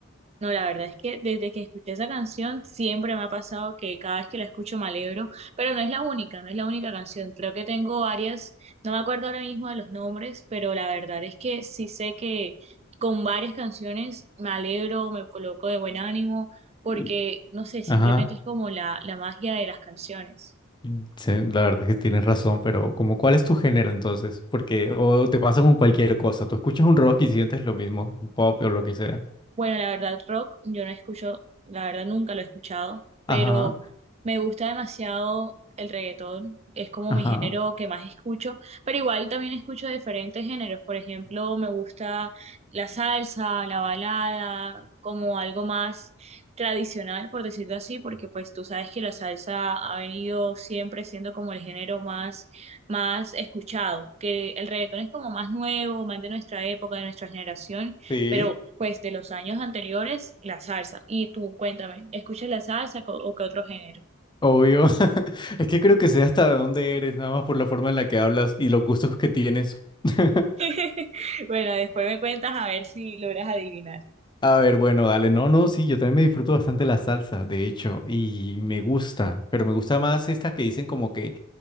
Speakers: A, on the right; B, on the left.
A: No, la verdad es que desde que escuché esa canción siempre me ha pasado que cada vez que la escucho me alegro, pero no es la única, no es la única canción. Creo que tengo varias, no me acuerdo ahora mismo de los nombres, pero la verdad es que sí sé que con varias canciones me alegro, me coloco de buen ánimo, porque
B: Y-
A: no sé, simplemente
B: Ajá.
A: es como la, la magia de las canciones.
B: Mm, sí, la verdad es que tienes razón, pero como cuál es tu género entonces? Porque o te pasa con cualquier cosa. Tú escuchas un rock y sientes lo mismo, un pop o lo que sea.
A: Bueno, la verdad, rock, yo no escucho, la verdad nunca lo he escuchado, pero
B: Ajá.
A: me gusta demasiado el reggaetón, es como
B: Ajá.
A: mi género que más escucho, pero igual también escucho diferentes géneros, por ejemplo, me gusta la salsa, la balada, como algo más tradicional, por decirlo así, porque pues tú sabes que la salsa ha venido siempre siendo como el género más, más escuchado, que el reggaetón es como más nuevo, más de nuestra época, de nuestra generación.
B: Sí,
A: Pero pues de los años anteriores, la salsa. Y tú cuéntame, ¿escuchas la salsa co- o qué otro género?
B: obvio. <laughs> Es que creo que sé hasta de dónde eres, nada más por la forma en la que hablas y los gustos que tienes. <laughs>
A: <laughs> Bueno, después me cuentas a ver si logras adivinar.
B: A ver, bueno, dale. No, no, sí, yo también me disfruto bastante la salsa, de hecho, y me gusta, pero me gusta más esta que dicen como que,